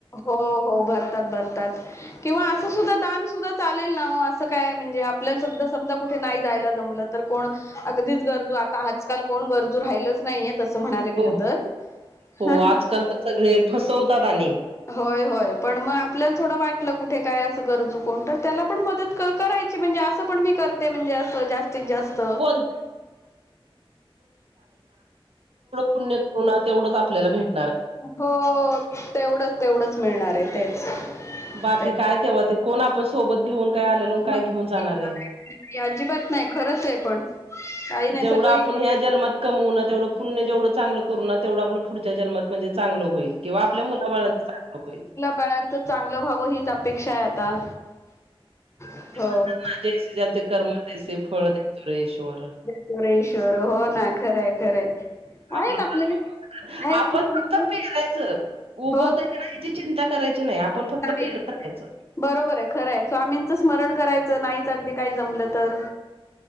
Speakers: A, on the left; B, on the right.
A: हो हो भरतात भरतात. किंवा असं सुद्धा दान सुद्धा चालेल ना वो असं काय म्हणजे आपल्याला सद्धा समजा कुठे नाही जायला जमलंत. तर कोण अगदीच गरजू आता आजकाल कोण गरजू राहिलच नाही येत. तसं म्हणायला
B: हो
A: गेलं तर
B: हो
A: ह ह
B: आजकाल तर सगळे फसवतात आणि
A: होय होय पण मग आपल्याला थोडं वाटलं कुठे काय असं गरजू कोण तर त्याला पण मदत करायच अस पण मी करते म्हणजे असं जास्तीत जास्त.
B: का आहेढं पुण्य कर तेवढंच आपल्याला भेट
A: हो तेवढंच तेवढंच मिळणार आहे तेच
B: बाकी
A: तेच
B: काय तेव्हा ते कोण आपण सोबत घेऊन काय आलेलो
A: नाही
B: काय घेऊन जाणार आहे
A: अजिबात नाही खरंच आहे पण काही नाही
B: जेवढं
A: सगळं
B: आपण
A: इ-
B: ह्या जनमात कमव ना तेवढं पुण्य जेवढं चांगलं करू ना तेवढं आपण पुढच्या जनमात म्हणजे चांगलं होईल किंवा आपल्या मुलाळंचं चांगलं होईल
A: फळांचं चांगलं व्हावं हीच अपेक्षा आहे आता हो.
B: ते म्हणतात ना जैसे ज्याचे कर्म दैसे फळ देतो रेश्वर
A: पुरेश्वर हो ना खरंय खरंय
B: आपलं
A: आहेत आपले
B: कर्म फक्त
A: आहेत
B: आपण
A: स्वामींच
B: फक्त पेरायचं उगवत
A: हो
B: का नाही ह्याची चिंता करायची नाही आपण
A: नाही
B: फक्त पेरता राहायचं
A: बरोबर आहे खरंय स्वामींचं स्मरण करायचं नाहीच अगदी काही जमलं तर